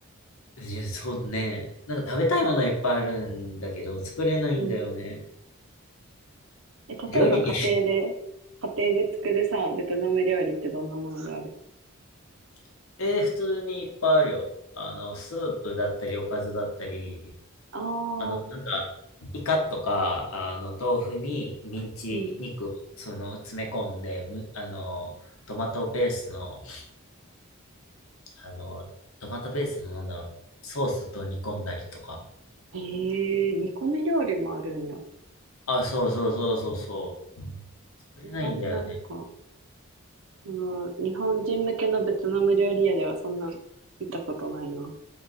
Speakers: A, on the left; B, on the right.
A: いや、そうね。なんか食べたいものはいっぱいあるんだけど、作れないんだよね。
B: うん。え、例えば家庭で、
A: 料理できる。
B: 家庭で作るさ、ベトナム料理ってどんなものがある
A: <laughs> えー普通にいっぱいあるよ。あの、スープだったり、おかずだったり、
B: ああ
A: あの、なんか、
B: ー、
A: イカとか、あの、豆腐にミンチ肉を、
B: うん。
A: その、詰め込んで、む、あの、トマトペーストのあの、トマトベースのなんだろう、ソースと煮込んだりとか。
B: ええー、煮込み料理もあるんや。あ
A: あ、そうそうそうそうそう。作れないんだよね。
B: んまりなんか、あの、日本人向けのベトナム料理屋ではそんなん見たことないな。